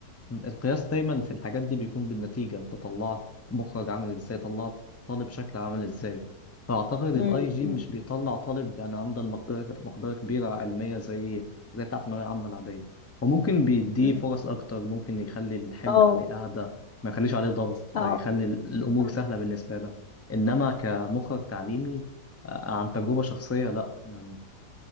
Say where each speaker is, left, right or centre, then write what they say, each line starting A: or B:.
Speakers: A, on the left (about 15°); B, on the left (about 80°).
A: القياس دايما في الحاجات دي بيكون بالنتيجة انت طلعت مخرج عامل ازاي طلعت طالب شكل عامل ازاي فأعتقد الاي
B: مم،
A: جي
B: مم،
A: مش بيطلع طالب يعني عنده المقدرة مقدرة كبيرة علمية زي زي بتاع ثانوية عامة العادية وممكن بيديه
B: مم.
A: فرص أكتر ممكن يخلي الحمل
B: اه
A: عليه أهدى ما يخليش عليه ضغط
B: اه
A: يخلي الأمور
B: فعلا.
A: سهلة بالنسبة له إنما كمخرج تعليمي آه، عن تجربة شخصية لأ يعني